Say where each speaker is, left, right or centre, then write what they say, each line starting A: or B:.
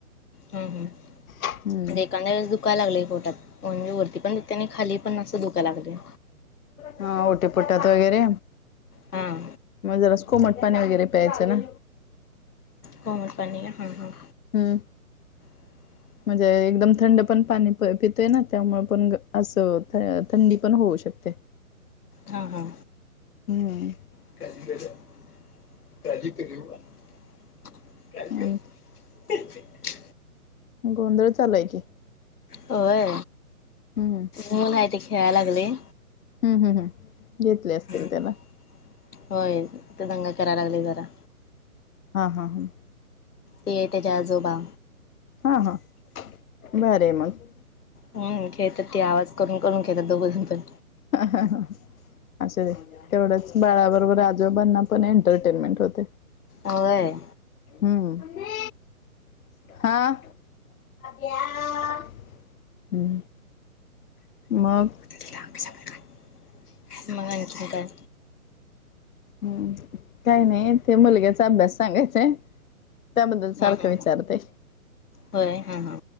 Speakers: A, on the left (about 85°); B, on the left (about 65°).
A: हम हम, म्हणजे
B: हम्म
A: एखाद्या वेळेस दुखायला लागलय पोटात. म्हणजे वरती पण त्यांनी खाली पण अस दुकाय लागलय.
B: हा ओटीपोटात वगैरे
A: हां
B: म जरास कोमट पाणी वगैरे प्यायचं ना.
A: कोमट पाणी ह ह
B: हम्म
A: <unintelligible>
B: म्हणजे एकदम थंड पण पाणी प पितोय ना त्यामुळ पण असं थंडी पण होऊ शकते.
A: हा हा.
B: हम्म
A: <unintelligible> <unintelligible>
B: आणि गोंधळ चालूय की
A: होय
B: हम्म
A: मुल हाय ती खेळाय लागलय.
B: हूं हूं हूं घेत तोय असतील
A: हम्म.
B: त्याला
A: होय तो दंगा कराय लागलय जरा
B: हा हा ह
A: ते त्याजे आजोबा
B: हां हां बरंय मग.
A: हम्म खेळतात ती आवाज करून करून खेळतात दोघजण पण
B: हा हा हा ह असुदे तेवढच बाळाबरोबर आजोबांना पण एंटरटेनमेंट होते.
A: होय.
B: हम्म हा हं मग
A: <unintelligible> मग आणखीन काय
B: हम्म काय नाय ते मुलग्याचा अभ्यास सांगायचाय त्याबद्दल
A: हा
B: सारखं
A: हा.
B: विचारतय.
A: होय हा हा